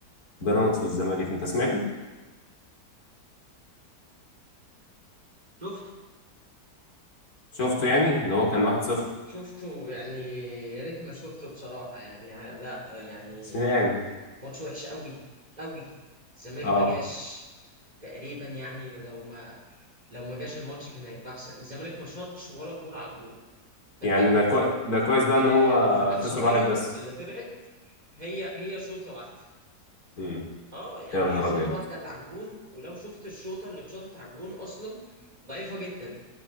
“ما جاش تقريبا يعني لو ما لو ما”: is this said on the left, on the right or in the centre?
Right